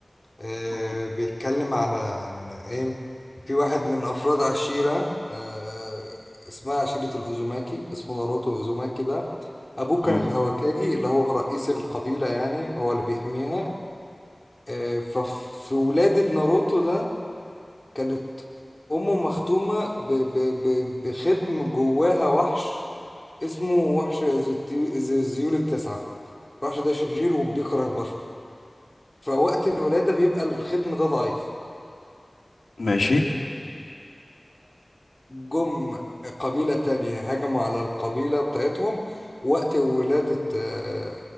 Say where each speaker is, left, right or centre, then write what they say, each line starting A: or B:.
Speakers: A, on the left (about 20°); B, on the left (about 80°).
A: آه
B: مم.
A: بيتكلم على ان ايه في واحد من افراد عشيرة آه اسمها عشيرة الأوزوماكي اسمه ناروتو أوزوماكي ده أبوه كان
B: مم.
A: الهوكاجي اللي هو رئيس القبيلة يعني هو اللي بيحميها آه ففي ولادة ناروتو ده كانت أمه مختومة ب ب ب بختم جواها وحش اسمه وحش ذو التيو- ذي الذيول التسعة الوحش ده شرير وبيكره البشر فوقت الولادة بيبقى الختم ده ضعيف
B: ماشي
A: فجم قبيلة تانية هجموا على القبيلة بتاعتهم وقت ولادة آه،